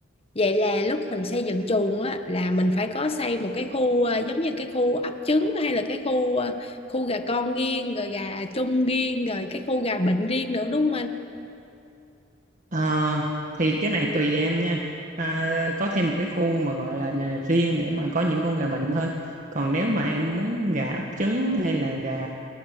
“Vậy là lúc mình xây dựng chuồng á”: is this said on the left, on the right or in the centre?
Left